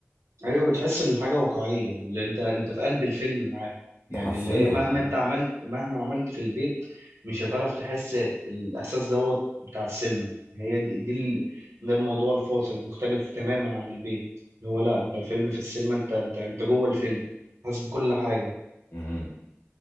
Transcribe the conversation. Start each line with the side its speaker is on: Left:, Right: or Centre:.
Right: ايوه بتحس الحاجه واقعيه اللي انت انت في قلب الفيلم معاهم يعني
Left: ده حرفيا
Right: اللي هي مهما انت عملت مهما عملت في البيت مش هتعرف تحس الاحساس دوت بتاع السينما هي دي دي ال- ده الموضوع الفاصل مختلف تماما عن البيت اللي هو لا انت الفيلم في السينما انت انت انت جوه الفيلم حاسس بكل حاجه
Left: امم